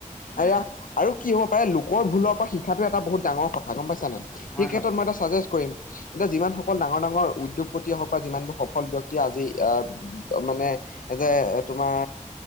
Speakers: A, on the left; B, on the left.
A: হয়
B: আৰু এয়া
A: হয়
B: আৰু কি হ'ব পাৰে, লোকৰ ভুলৰ পৰা শিক্ষাটো এটা বহুত ডাঙৰ কথা। গম পাইছানে নাই?
A: হয়
B: সেই
A: হয়
B: ক্ষেত্ৰত
A: হয়
B: মই এটা চাজেষ্ট কৰিম। এতিয়া যিমানসকল ডাঙৰ ডাঙৰ উদ্যোগ পতিয়ে হওঁক বা যিমানবোৰ সফল ব্যক্তিয়ে আজি আ তেওঁ মানে এ যে, তোমাৰ